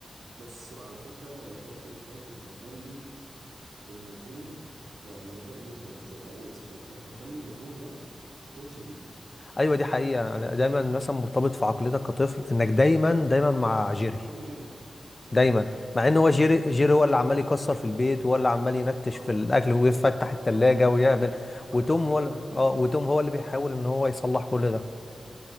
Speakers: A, on the right (about 85°); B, on the left (about 30°).
A: بس وعلى فكرة ذكاء الكاتب مخلي إن توم يعني ذكاء جدا ذكاء والسكريبتات مخلي إن توم ده هو شرير
B: ايوه دي حقيقه يعني دايما مثلا مرتبط في عقليتك كطفل انك دايما دايما مع جيري
A: بحب جيري
B: دايما
A: امم بتتعاطف
B: مع ان هو
A: معاه
B: جيري جيري هو اللي عمال يكسر في البيت وهو اللي عمال ينتش
A: طبعا
B: في الاكل ويفتح
A: اه
B: التلاجة
A: طبعا
B: ويعمل
A: وحاجات
B: وتوم
A: غريبه
B: هو اللي-
A: قوي
B: اه وتوم هو اللي بيحاول ان هو يصلح كل ده